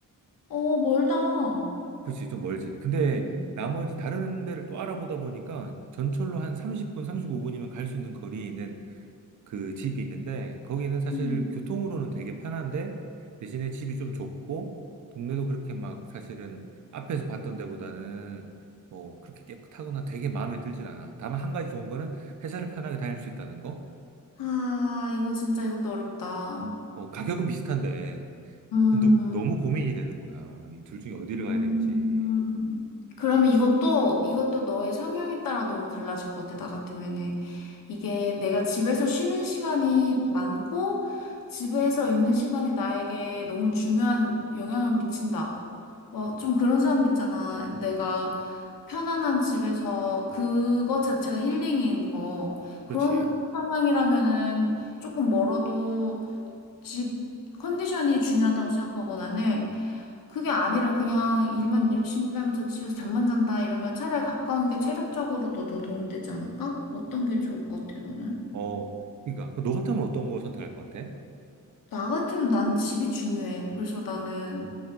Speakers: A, on the left; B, on the right.
A: 어, 멀다.
B: 그치, 좀 멀지. 근데
A: 응.
B: 나머지 다른 데를 또 알아보다 보니까 전철로 한 30분, 35분이면 갈 수 있는 거리에 있는 그 집이 있는데 거기는 사실
A: 응.
B: 교통으로는 되게 편한데 대신에 집이 좀 좁고 동네도 그렇게 막 사실은 앞에서 봤던 데보다는 뭐 그렇게 깨끗하거나 되게 마음에 들진 않아. 다만 한 가지 좋은 거는 회사를 편하게 다닐 수 있다는 거?
A: 아, 이거 진짜 이것도 어렵다.
B: 어, 가격은 비슷한데
A: 음.
B: 너, 너무 고민이 되는 거야. 이 둘 중에 어디를 가야
A: 음,
B: 될지.
A: 그러면 이것도, 이것도 너의 성향에 따라 너무 달라질 것 같아, 나 같으면은. 이게 내가 집에서 쉬는 시간이 많고, 집에서 있는 시간이 나에게 너무 중요한 영향을 미친다. 막 좀 그런 사람 있잖아. 내가 편안한 집에서 그것 자체가 힐링인 거. 그런
B: 그렇지.
A: 상황이라면은 조금 멀어도 집 컨디션이 중요하다고 생각하고 나는 그게 아니라 그냥 일만 열심히 하면서 집에서 잠만 잔다 이러면 차라리 가까운 게 체력적으로도 더 도움되지 않을까? 어떤 게 좋을 것 같아, 너는?
B: 어, 그러니까 그 너 같으면 어떤 거 선택할 것 같아?
A: 나 같으면 나는 집이 중요해. 그래서 나는